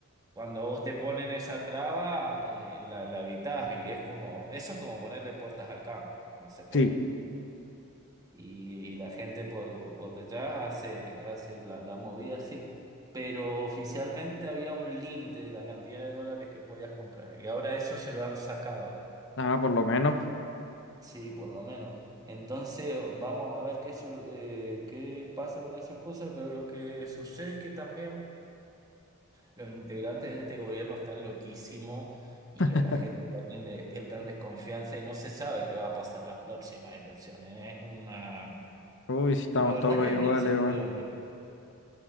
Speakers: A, on the right (about 15°); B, on the left (about 60°).
A: cuando a vos te ponen esa traba, eh, la, la evitás y es como, eso es como ponerle puertas al campo, no se puede
B: sí.
A: y, y la gente por, por detrás hace, hace la, la movida así. Pero oficialmente había un límite de la cantidad de dólares que podías comprar y ahora eso se lo han sacado,
B: Nada, por lo menos.
A: sí, por lo menos. Entonces vamos a ver qué, sol- eh, qué pasa con esas cosas, pero lo que sucede es que también los integrantes de este gobierno están loquísimos y
B: <laughs>
A: a la gente también le despiertan desconfianza y no se sabe qué va a pasar las próximas elecciones. Es una...
B: Uy, si estamos
A: La verdad
B: todos
A: que hay
B: iguales,
A: una incertidumbre.
B: weón.